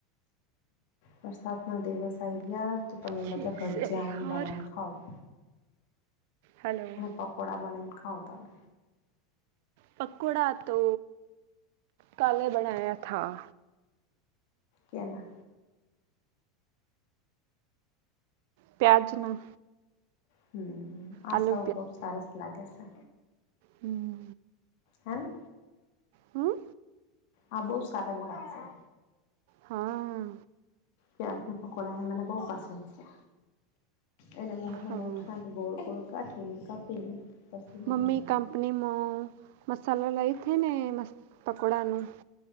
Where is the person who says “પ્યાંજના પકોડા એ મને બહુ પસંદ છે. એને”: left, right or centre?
Left